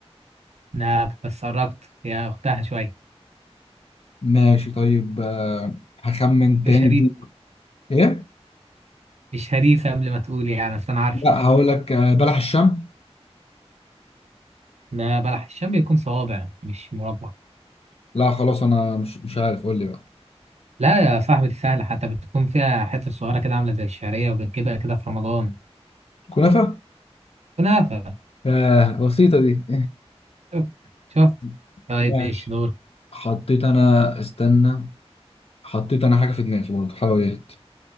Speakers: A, on the right; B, on the left.
A: لا بس قربت يا اختها شويه
B: ماشي طيب آه، هخمن تاني
A: مش هريف
B: دي ايه
A: مش هريفه قبل ما تقول يعني اصل انا عارف
B: لا هقول لك آه، بلح الشام
A: ده بلح الشام بيكون صوابع مش مربع
B: لا خلاص انا مش مش عارف قول لي بقى
A: لا يا صاحبتي سهله حتى بتكون فيها حته صغيره كده عامله زي الشعريه وبتجيبها كده في رمضان
B: كنافة
A: كنافه
B: آه بسيطة دي
A: شفت شفت
B: <laughs>
A: طيب
B: ماشي
A: ماشي دور
B: حطيت انا استنى حطيت انا حاجة في دماغي برضه حلويات